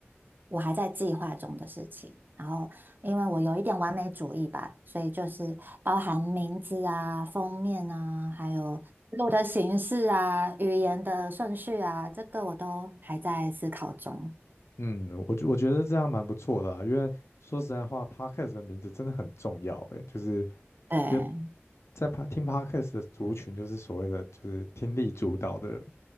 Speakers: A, on the right (about 45°); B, on the left (about 80°).
A: 我还在计划中的事情。然后，因为我有一点完美主义吧，所以就是包含名字啊、封面啊，还有录的形式啊、语言的顺序啊，这个我都还在思考中。
B: 嗯，我觉我觉得这样蛮不错的啊，因为说实在话，podcast 的名字真的很重要诶，就是
A: 对，
B: 因为在 pa- 听 podcast 的族群就是所谓的就是听力主导的人，